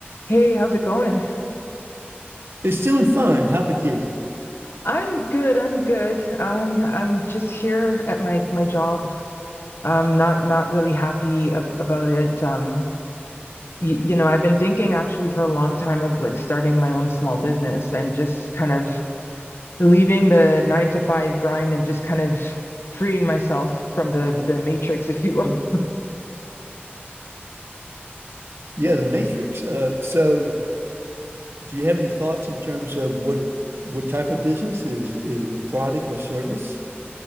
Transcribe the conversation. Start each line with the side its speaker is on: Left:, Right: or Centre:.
Left: Hey, how's it going?
Right: It's doing fine. How about you?
Left: I'm good. I'm good. I'm I'm just here at my my job. I'm not not really happy ab about it. Um, y you know, I've been thinking actually for a long time of like starting my own small business and just kind of leaving the nine to five grind and just kind of freeing myself from the the matrix, if you will.
Right: Yeah, the Matrix. Uh, so, do you have any thoughts in terms of what what type of business is is a product or service?